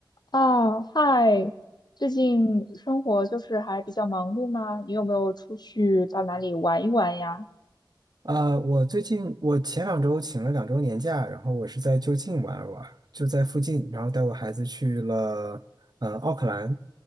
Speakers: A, on the left (about 60°); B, on the right (about 55°).
A: 啊，嗨，最近生活就是还比较忙碌吗？你有没有出去到哪里玩一玩呀？
B: 呃，我最近我前两周请了两周年假，然后我是在就近玩了玩，就在附近，然后带我孩子去了嗯，奥克兰，